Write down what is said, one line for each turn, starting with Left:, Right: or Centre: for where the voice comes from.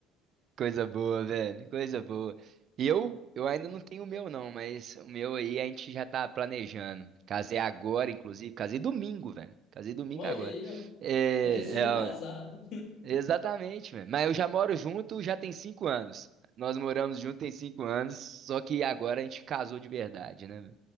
Right: Coisa boa, velho. Coisa boa. E Eu, eu ainda não tenho o meu, não, mas o meu aí a gente já tá planejando. Casei agora, inclusive. Casei domingo, velho. Casei domingo
Left: Olha
Right: agora.
Left: aí, ó,
Right: É,
Left: recém-casado.
Right: é, ó, exatamente, velho. Mas eu já moro junto já tem cinco anos. Nós moramos junto tem cinco anos, só que agora a gente casou de verdade, né,